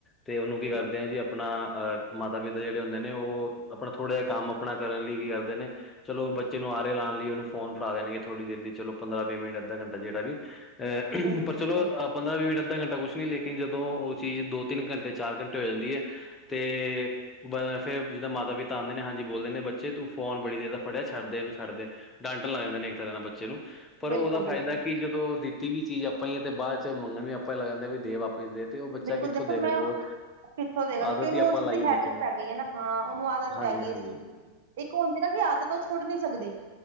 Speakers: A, on the left; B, on the right.
A: ਤੇ ਉਹਨੂੰ
B: ਜੀ
A: ਕੀ ਕਰਦੇ ਆਂ ਜੀ ਆ ਆਪਣਾ ਅਹ, ਮਾਤਾ-ਪਿਤਾ ਜੇੜੇ ਹੁੰਦੇ ਨੇ ਉਹ ਆਪਣਾ ਥੋੜ੍ਹਾ ਜਿਹਾ ਕੰਮ ਆਪਣਾ ਕਰਨ ਲਈ ਕੀ ਕਰਦੇ ਨੇ ਚਲੋ ਬੱਚੇ ਨੂੰ ਆਰੇ ਲਾਉਣ ਲਈ ਉਹਨੂੰ ਫੋਨ ਫੜਾ ਦੇਣਗੇ ਥੋੜੀ ਦੇਰ ਲਈ ਚਲੋ ਪੰਦਰਾਂ ਵੀਹ ਮਿੰਟ ਅੱਧਾ ਘੰਟਾ ਜੇੜਾ ਵੀ ਅ
B: ਬਿਲਕੁਲ-ਬਿਲਕੁਲ,
A: ਪਰ ਚਲੋ,
B: ਬਿਲਕੁਲ-ਬਿਲਕੁਲ,
A: ਪੰਦਰਾਂ ਵੀਹ ਮਿੰਟ ਅੱਧਾ ਘੰਟਾ ਕੁਛ ਨੀ ਲੇ ਲੇਕਿਨ ਜਦੋਂ ਉਹ ਚੀਜ਼ ਦੋ ਤਿੰਨ ਘੰਟੇ, ਚਾਰ ਘੰਟੇ ਹੋ ਜਾਂਦੀ ਐ, ਤੇ ਬ ਫਿਰ ਜਿੱਦਾ ਮਾਤਾ-ਪਿਤਾ ਆਂਦੇ ਨੇ, ਹਾਂਜੀ ਬੋਲਦੇ ਨੇ ਬੱਚੇ ਤੂੰ ਫੋਨ ਬੜੀ ਦੇਰ ਦਾ ਫੜਿਆ, ਛੱਡਦੇ ਇਹਨੂੰ ਛੱਡਦੇ। ਡਾਂਟਣ ਲੱਗ ਜਾਂਦੇ ਨੇ, ਇੱਕ ਤਰ੍ਹਾਂ ਨਾਲ ਬੱਚੇ ਨੂੰ ਪਰ
B: ਬਿਲਕੁਲ
A: ਉਹਦਾ
B: ਬਿਲਕੁਲ ਬਿਲਕੁਲ।
A: ਫੈਦਾ ਕਿ ਜਦੋਂ ਦਿੱਤੀ ਵੀ ਚੀਜ਼ ਆਪਾਂ ਹੀ ਆ ਤੇ ਬਾਅਦ 'ਚ ਮੰਗਣ ਵੀ ਆਪਾਂ ਹੀ ਲੱਗ ਜਾਂਦਾ ਵੀ ਦੇ ਵਾਪਿਸ ਦੇ। ਤੇ ਉਹ ਬੱਚਾ
B: ਬਿਲਕੁਲ
A: ਕਿੱਥੋਂ
B: ਦੇਖੋ
A: ਦੇਗਾ
B: ਮੈਂ,
A: ਜਦੋਂ
B: ਕਿੱਥੋਂ ਦੇਦਾਂਗੀ
A: ਆਦਤ
B: ਕਿਉਂਕਿ ਉਹਨੂੰ
A: ਹੀ ਆਪਾਂ
B: ਉਹ ਚੀਜ਼
A: ਲਾਈਏ
B: ਦੀ ਹੈਬਿਟ
A: ਬੱਚੇ ਨੂੰ
B: ਪੈ ਗਈ ਹੈ ਨਾ। ਹਾਂ ਉਹਨੂੰ ਆਦਤ
A: ਹਾਂਜੀ
B: ਪੈ ਗਈ
A: ਹਾਂਜੀ
B: ਇਸ ਚੀਜ਼ ਦੀ, ਇੱਕ ਇਕ ਹੁੰਦੀ ਨਾ, ਕਿ ਆਦਤ ਉਹ ਛੁੱਟ ਨੀਂ ਸਕਦੀ।